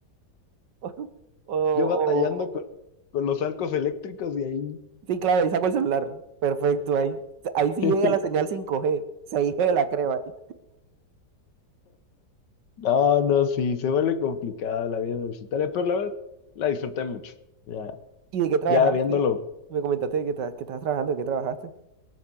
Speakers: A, on the right (about 80°); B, on the left (about 85°).
A: <laughs> O,
B: Yo batallando
A: o-
B: con, con los arcos eléctricos y ahí.
A: Sí, claro, ahí saco el celular. Perfecto, ahí, ahí sí
B: <laughs>
A: llega la señal cinco g 6G la crema ahí.
B: No, no, sí, se vuelve complicada la vida universitaria, pero la verdad la disfruté mucho. Ya,
A: ¿Y de qué trabajaste?
B: ya viéndolo.
A: Me comentaste de que, tra- que estás trabajando, de qué trabajaste.